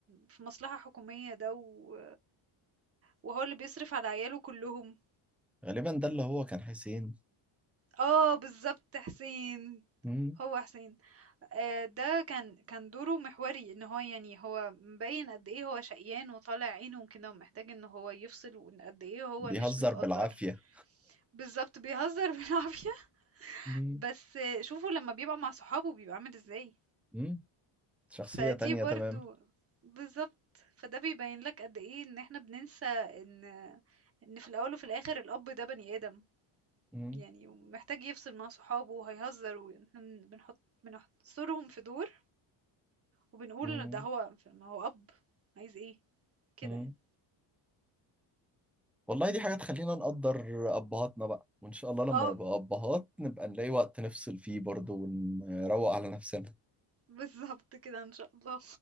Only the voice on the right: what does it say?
في مصلحة حكومية ده و وهو اللي بيصرف على عياله كلّهم.
آه بالضبط، حسين،
هو حسين. آه، ده كان كان دوره محوري ان هو يعني هو مبين قد ايه هو شقيان وطالع عينه وكده ومحتاج ان هو يفصل وان قد ايه هو
مش متقدر
بالظبط بيهزر <laughs> بالعافية
بس آه، شوفوا لما بيبقى مع صحابه بيبقى عامل ازاي
فدي
برضو
بالظبط فده بيبين لك قد ايه ان احنا بننسى ان ان في الاول وفي الاخر الاب ده بني ادم
يعني ومحتاج يفصل مع صحابه وهيهزر واحنا بنحط بنحصرهم في دور وبنقول
ده هو ما هو أب عايز ايه كده
يعني
اه
بالظبط كده ان شاء الله